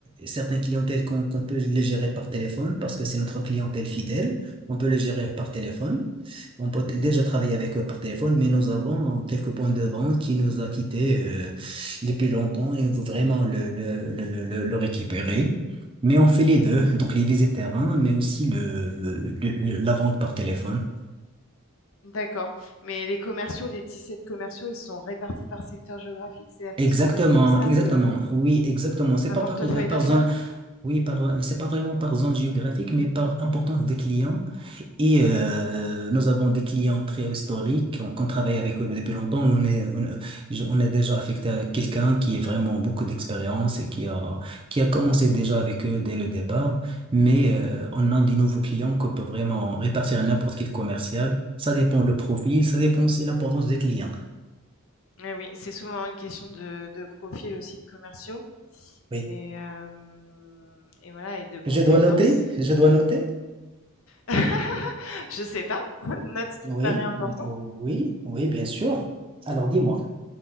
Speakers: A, on the right; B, on the left.
A: certaines clientèles qu'on qu'on peut les gérer par téléphone parce que c'est notre clientèle fidèle. On peut les gérer par téléphone. On peut déjà travailler avec eux par téléphone, mais nous avons quelques points de vente qui nous a quittés euh, depuis longtemps et on veut vraiment le, le, le, le, le- le récupérer. Mais on fait les deux, donc les visites terrain, mais aussi le, le- le- la vente par téléphone.
B: D'accord. Mais les commerciaux, les 17 commerciaux, ils sont répartis par secteur géographique, c'est-à-dire qu'ils
A: Exactement,
B: sont responsables
A: exactement,
B: euh,
A: oui, exactement. C'est
B: d'un
A: pas
B: portefeuille
A: par, euh, par
B: d'affaires.
A: zone. Oui, par, c'est pas vraiment par zone géographique, mais par importance des clients. Et euh, nous avons des clients très historiques, on, qu'on travaille avec eux depuis longtemps. On est, on, je- on est déjà affecté à quelqu'un qui a vraiment beaucoup d'expérience et qui a, qui a commencé déjà avec eux dès le départ. Mais euh, on a des nouveaux clients qu'on peut vraiment répartir à n'importe quel commercial. Ça dépend le profil, ça dépend aussi de l'importance des clients.
B: Eh oui, c'est souvent une question de, de profil aussi de commerciaux.
A: Oui.
B: Et hem et voilà et de compétences.
A: Je dois noter, je dois noter.
B: <laughs> Je sais pas, <laughs> note ce qui
A: Oui,
B: te paraît important
A: oui, oui, bien sûr. Alors dis-moi.